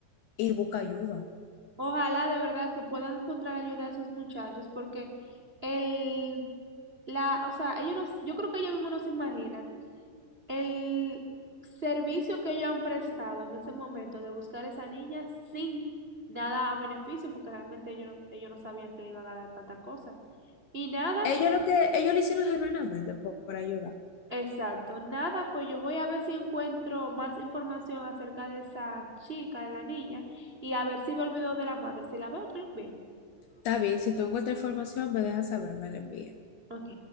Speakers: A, on the left; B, on the right.
A: y busca ayuda.
B: Ojalá de verdad que puedan encontrar ayuda a esos muchachos, porque el, la, o sea, ellos no- yo creo que ellos mismos no se imaginan El servicio que ellos han prestado en ese momento de buscar a esa niña sin nada a beneficio, porque realmente ellos no, ellos no sabían que le iban a dar tanta cosa. Y nada,
A: Ellos lo que, ellos lo hicieron genuinamente por, por ayudar.
B: exacto, nada, pues yo voy a ver si encuentro más información acerca de esa chica, de la niña, y a ver si me olvido de la madre. Si la veo, te lo veo
A: Está bien, si tú encuentras información, me dejas saber, me la envías.
B: Ok.